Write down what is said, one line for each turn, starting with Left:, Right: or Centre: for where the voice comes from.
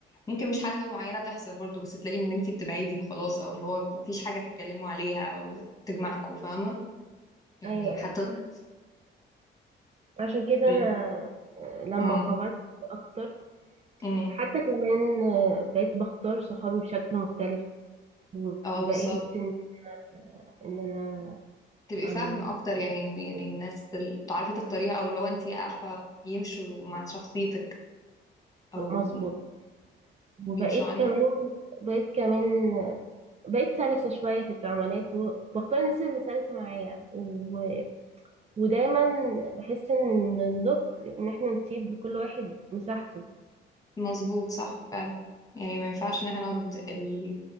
Left: ممكن مش حاجة معينة تحصل برضو بس تلاقي ان انت بتبعدي وخلاص او اللي هو ما فيش حاجة تتكلموا عليها او تجمعكوا فاهمة يعني
Right: ايوه
Left: حتى
Right: ايوه عشان كده
Left: ال-
Right: انا آه، لما
Left: اه
Right: كبرت اكتر
Left: أمم.
Right: حتى كمان آه، بقيت بختار صحابي بشكل مختلف وبقيت
Left: آه، بالظبط
Right: ان آه، إن انا
Left: تبقي
Right: آه،
Left: فاهمة أكتر يعني يعني الناس اللي تعرفي تختاريها أو لو أنت عارفة يمشوا مع شخصيتك أو
Right: مظبوط وبقيت
Left: بيمشوا
Right: كمان بقيت كمان بقيت سلسة شوية في التعاملات وبختار الناس اللي سلسة معايا و... ودايما بحس ان النضج ان احنا نسيب لكل واحد مساحته
Left: مظبوط صح فعلا يعني ما ينفعش ان احنا نقعد ال...